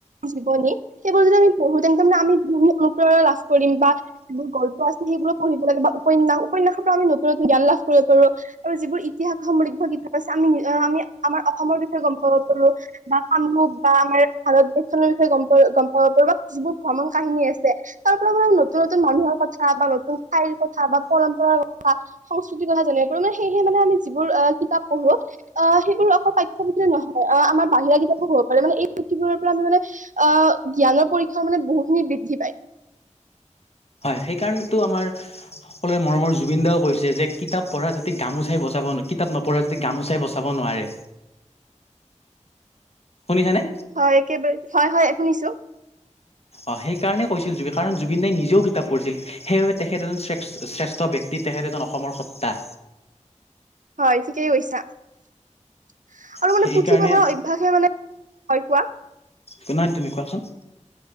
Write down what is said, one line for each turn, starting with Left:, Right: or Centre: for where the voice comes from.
Right: জীৱনী, সেইবোৰ যদি আমি পঢ়ো তেন্তে মানে আমি বহু- উপকাৰ লাভ কৰিম বা যিবোৰ গল্প আছে সেইবোৰ পঢ়িব লাগে বা উপন্যাস, উপনাসৰ পৰা আমি নতুন-নতুন জ্ঞান লাভ কৰিব পাৰো আৰু যিবোৰ ইতিহাস সমৃদ্ধ কিতা- প আছে, আমি, আমি আমাৰ অসমৰ বিষয়ে গম পাব পাৰো বা কামৰূপ বা আমাৰ ভাৰত নৰ বিষয়ে গম প' গম পাব পাৰো বা যিবোৰ ভ্ৰমণ কাহিনী আছে তাৰ পৰা ম নতুন নতুন মানুহৰ কথা বা নতুন ঠাইৰ কথা বা পৰম্পৰাৰ কথা সংস্কৃতিৰ কথা জানিব পাৰো মানে সেয়েহে মানে আমি যিবোৰ কিতাপ পঢ়ো আহ' সেইবোৰ অকল পাঠ্য-পুথিয়ে নহয় আহ' আমাৰ বাহিৰা কিতাপবোৰো পঢ়িব পাৰি মানে এই পুথিবোৰ পৰা মানে আহ' জ্ঞানৰ পৰীক্ষা মানে বহুখিনি বৃদ্ধি পায়।
Left: হয় সেইকাৰণেতো আমাৰ সকলোৰে মৰমৰ জুবিন দাও কৈছে যে, কিতাপ পঢ়া যাতে গামোচাই বচাব কিতাপ নপঢ়া যদি গামোচাই বচাব নোৱাৰে। শুনিছানে
Right: হয় একেবাৰে, হয় হয় শুনিছো।
Left: অ' সেইকাৰণে কৈছিল জুবি, কাৰণ জুবিন দাই নিজেও কিতাপ পঢ়িছিল। সেইবাবে তেখেত এজন শ্ৰে, শ্ৰেষ্ঠ ব্যক্তিত তেখেত এজন অসমৰ সত্তা
Right: হয় ঠিকেই কৈছা আৰু
Left: সেইকাৰণে
Right: মানে পুথি পঢ়া অভ্যাসে মানে হয় কোৱা!
Left: কিমান তুমি কোৱাচোন